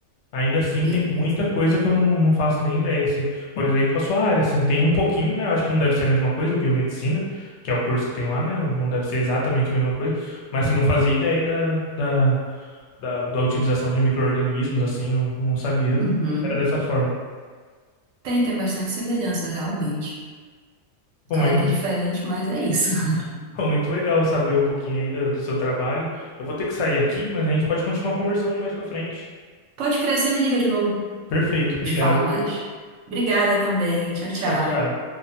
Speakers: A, on the left (about 65°); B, on the right (about 75°).
A: Ainda assim,
B: Beleza.
A: tem muita coisa que eu não, não faço nem ideia, assim. Por exemplo, a sua área, assim, tem um pouquinho, né? Eu acho que não deve ser a mesma coisa, biomedicina, que é o curso que tem lá, né? Não deve ser exatamente a mesma coisa, mas, assim, não fazia ideia da, da, da, da utilização de micro-organismos, assim, não, não sabia
B: Uhum.
A: que era dessa forma.
B: Tem, tem bastante semelhança, realmente.
A: Bom,
B: Claro
A: mas <laughs>
B: que diferente, mas é isso. <laughs>
A: foi muito legal saber um pouquinho aí da- do seu trabalho. Eu vou ter que sair aqui, mas a gente pode continuar conversando mais pra frente.
B: Pode crescer, me liga de novo,
A: Perfeito, obrigado,
B: te fala mais.
A: viu?
B: Obrigada também. Tchau, tchau.
A: Tchau, tchau.